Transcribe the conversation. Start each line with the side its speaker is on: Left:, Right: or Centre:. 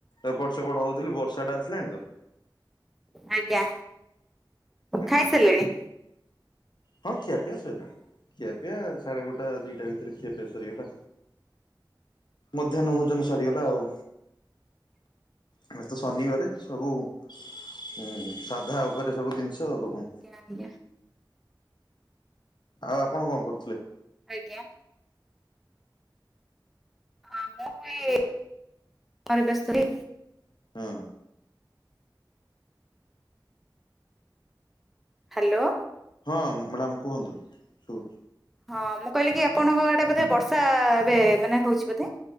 Left: ଏପଟ ସେପଟ ହଉଥିଲି ବର୍ଷାଟା ଆସିଲାଣି ତ
Centre: ଆଜ୍ଞା
Left: ହୁଁ
Centre: ଖାଇ ସାଲେଣି?
Left: ହଁ ଖିଆପିଆ ସଇଲାଣି। ଖିଆପିଆ ସାଢ଼େ ଗୋଟା ଦିଟା ଭିତରେ ଖିଆପିଆ ସରିଗଲା। ମଧ୍ୟାହ୍ନ ଭୋଜନ ସରିଗଲା ଆଉ। ଆମେ ତ ଶନିବାର ସବୁ ଉଁ ସାଧା ଓପରେ ସବୁ ଦିନିଷ ତ ଉ
Centre: ଆଜ୍ଞା
Left: ଆଉ ଆପଣ କଁ କରୁଥୁଲେ?
Centre: ଆଜ୍ଞା? ଅ ମୁଁ ଏ ମରେ ବ୍ୟସ୍ତ ହି
Left: ହଁ।
Centre: ହାଲୋ।
Left: ହଁ ମାଡ଼ାମ କୁହନ୍ତୁ ଶୁବୁ
Centre: ହଁ ମୁଁ କହିଲି କି ଆପଣଙ୍କ ଆଡ଼େ ବୋଧେ ବର୍ଷା ଏବେ ମାନେ ହଉଚି ବୋଧେ?